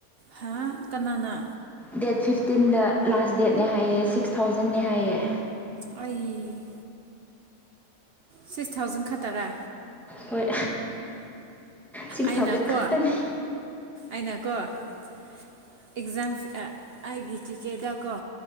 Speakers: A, on the right (about 65°); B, in the centre.
A: ꯍꯥ ꯀꯅꯥꯅ
B: ꯗꯦꯠ ꯐꯤꯐꯇꯤꯟꯗ ꯂꯥꯁ ꯗꯦꯠꯅꯦ ꯍꯥꯏꯌꯦ ꯁꯤꯛꯁ ꯊꯥꯎꯖꯟꯅꯦ ꯍꯥꯏꯌꯦ
A: ꯑꯩ ꯁꯤꯛꯁ ꯊꯥꯎꯖꯟ ꯈꯠꯇꯔꯥ
B: ꯍꯣꯏ ꯁꯤꯛꯁ
A: ꯑꯩꯅꯀꯣ
B: ꯊꯥꯎꯖꯟ ꯈꯛꯇꯅꯦ
A: ꯑꯩꯅꯀꯣ ꯑꯦꯛꯖꯥꯝ ꯑꯩꯒꯤ ꯆꯤꯆꯦꯗꯀꯣ